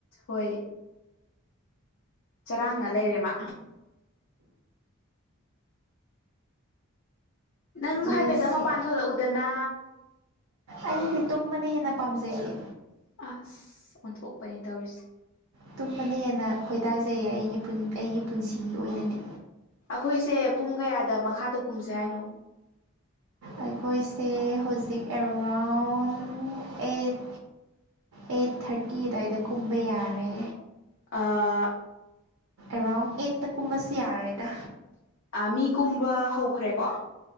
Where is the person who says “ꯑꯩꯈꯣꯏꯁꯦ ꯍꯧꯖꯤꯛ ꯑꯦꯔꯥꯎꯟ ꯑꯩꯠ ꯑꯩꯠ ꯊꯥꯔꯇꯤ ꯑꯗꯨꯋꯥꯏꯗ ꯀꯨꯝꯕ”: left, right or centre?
Right